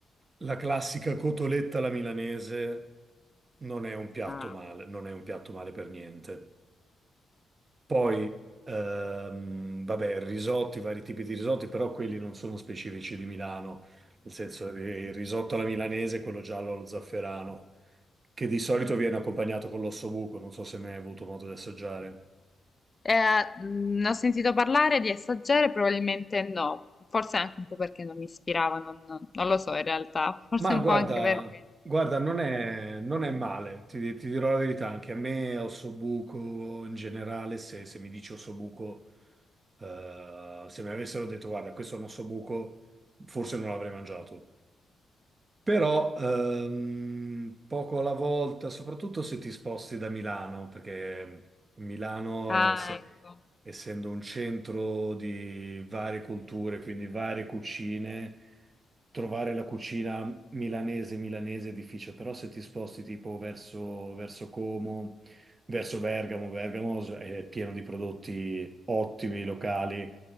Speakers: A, on the right; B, on the left.
A: la classica cotoletta alla milanese non è un piatto
B: Ah.
A: male, non è un piatto male per niente. Poi, ehm, vabbè, risotti, vari tipi di risotti, però quelli non sono specifici di Milano, nel senso eh, il risotto alla milanese, quello giallo allo zafferano, che di solito viene accompagnato con l'ossobuco, non so se mai hai avuto modo di assaggiare.
B: Eh, mh, ne ho sentito parlare di assaggiare, probabilmente no, forse anche un po' perché non mi ispirava, non, non- non lo so in realtà, forse
A: Ma
B: un
A: guarda,
B: po' anche per questo.
A: guarda, non è, non è male, ti, ti dirò la verità, anche a me ossobuco in generale, se, se mi dici ossobuco, eh, se mi avessero detto guarda, questo è un ossobuco, forse non l'avrei mangiato. Però ehm, poco alla volta, soprattutto se ti sposti da Milano, perché Milano,
B: Ah,
A: ess-
B: ecco.
A: essendo un centro di varie culture, quindi varie cucine, trovare la cucina milanese milanese è difficile, però se ti sposti tipo verso, verso Como, verso Bergamo, Bergamo è pieno di prodotti ottimi, locali,